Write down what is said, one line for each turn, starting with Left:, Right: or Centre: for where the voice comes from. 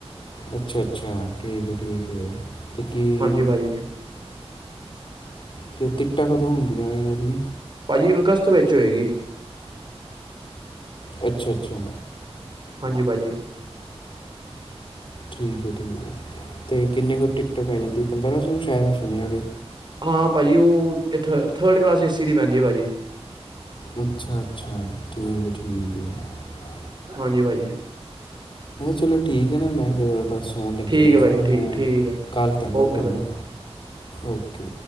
Left: ਅੱਛਾ-ਅੱਛਾ ਠੀਕ ਹੈ, ਠੀਕ ਹੈ ਤੇ ਕੀ?
Right: ਹਾਂਜੀ ਭਾਜੀ
Left: ਅਤੇ ਟਿਕਟਾਂ ਕਦੋਂ ਹੁੰਦੀਆਂ ਇਹਨਾਂ ਦੀ
Right: ਭਾਜੀ ਅਗਸਤ ਵਿੱਚ। ਹੋਏਗੀ।
Left: ਅੱਛਾ-ਅੱਛਾ।
Right: ਹਾਂਜੀ ਭਾਜੀ।
Left: ਠੀਕ ਹੈ, ਠੀਕ ਹੈ ਤੇ ਕਿੰਨੇ ਕੁ ਟਿਕਟਾਂ ਪੈ ਜਾਂਦੀਆਂ ਪੰਦਰਾਂ ਸੌ ਸ਼ਾਇਦ ਮੈਂ ਸੁਣਿਆ ਵੇ।
Right: ਹਾਂ ਭਾਜੀ, ਉਹ ਥ ਥਰਡ ਕਲਾਸ ਏ ਸੀ ਦੀ ਪੈਂਦੀ ਹੈ ਭਾਜੀ।
Left: ਅੱਛਾ ਅੱਛਾ ਠੀਕ ਹੈ ਠੀਕ ਹੈ।
Right: ਹਾਂਜੀ ਭਾਜੀ।
Left: ਚਲੋ ਠੀਕ ਹੈ ਨਾ, ਮੈਂ ਫੇਰ ਬਸ। ਫੋਨ ਲੱਗੇ
Right: ਠੀਕ
Left: ਦੇ
Right: ਹੈ
Left: ਸੀਗੇ
Right: ਭਾਜੀ
Left: ਤੇ
Right: ਠੀਕ
Left: ਮੈਂ
Right: ਠੀਕ ਹੈ
Left: ਕਾਲ ਕਰਨਾ
Right: ਓਕੇ
Left: ਤੁਹਾਨੂੰ
Right: ਭਾਜੀ
Left: ਓਕੇ।